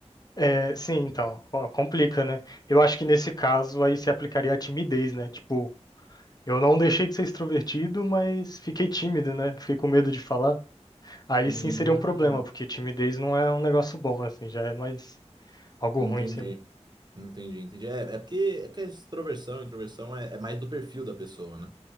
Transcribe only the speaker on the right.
Hum,
entendi.
Entendi, entendi. É, é porque é que a extroversão, introversão é, é mais do perfil da pessoa, né?